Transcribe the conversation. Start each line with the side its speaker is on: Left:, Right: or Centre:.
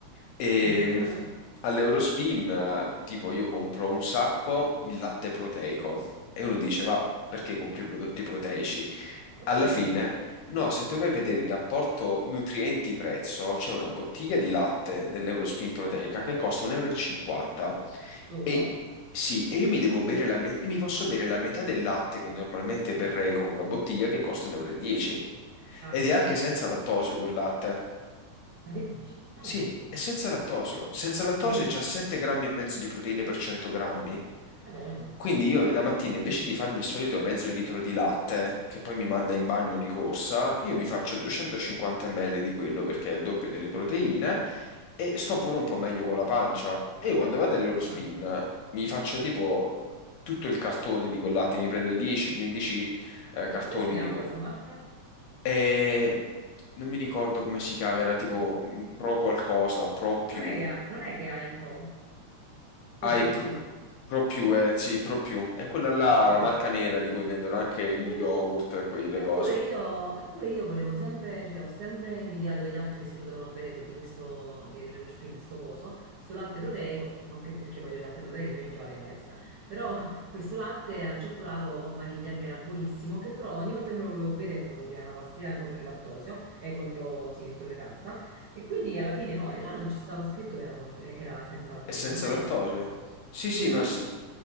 Left: E
Right: <laughs>
Left: mh, all'Eurospin, eh, tipo, io compro un sacco il latte proteico e uno dice, va, perché compri i prodotti proteici?
Right: Costa
Left: Alla
Right: di
Left: fine
Right: meno.
Left: No, se tu vai a vedere il rapporto nutrienti-prezzo, c'è una bottiglia di latte dell'Eurospin Proteica che costa 1,50 euro.
Right: Solo?
Left: E cinquanta. E sì, e io mi devo bere la me- e mi posso bere la metà del latte che normalmente berrei con una bottiglia che costa 1,10 euro. e dieci.
Right: Ah,
Left: Ed
Right: certo.
Left: è anche senza lattosio quel latte.
Right: Ma che dici? No,
Left: Sì, è senza lattosio. Senza lattosio
Right: sei sicuro?
Left: c'ha 7 grammi e mezzo di proteine per 100 grammi.
Right: Madonna.
Left: Quindi io la mattina invece di farmi il solito mezzo litro di latte, che poi mi manda in bagno di corsa, io mi faccio 250 ml di quello perché è il doppio delle proteine e sto
Right: Mm.
Left: pure un po' meglio con la pancia. E io quando vado all'Eurospin
Right: Ah.
Left: mi faccio tipo tutto il cartone di quel latte, mi prendo 10-15 cartoni
Right: Ma come si chiama
Left: di quel...
Right: questa marca?
Left: E non mi ricordo come si chiama, era tipo mm, Pro qualcosa, Pro più.
Right: Non è che ha, non è che hai Pro
Left: Hai
Right: o Pro
Left: Pro,
Right: più.
Left: Pro più, eh, sì, Pro più. È quella là,
Right: Ok.
Left: la marca nera di cui vendono anche gli
Right: Eh,
Left: yogurt, quelle
Right: Eppure
Left: cose.
Right: io, eppure io volevo sempre, cioè ho sempre invidiato gli altri che si potevano bere que- di questo, di Lerospin, sto coso, sto latte proteico, che- non che perché voglio il latte proteico, io non ci vado in palestra, però <laughs> questo latte al cioccolato o a vaniglia che era buonissimo, che però ogni volta che me lo volevo bere mi dovevo pigliare una pastiglia contro il lattosio e contro, sì, l'intolleranza, e quindi alla fine no, e là non ci stava scritto che era, contro- eh, che era senza lattosio,
Left: È senza
Right: non era
Left: lattosio?
Right: senza lattosio.
Left: Sì, sì,
Right: Quello
Left: no,
Right: lì,
Left: è se-